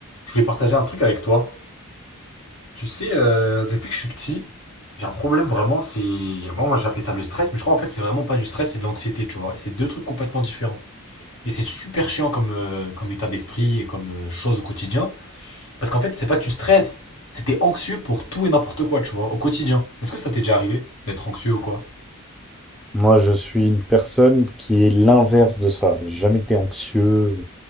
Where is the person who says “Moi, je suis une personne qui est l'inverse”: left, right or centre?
Centre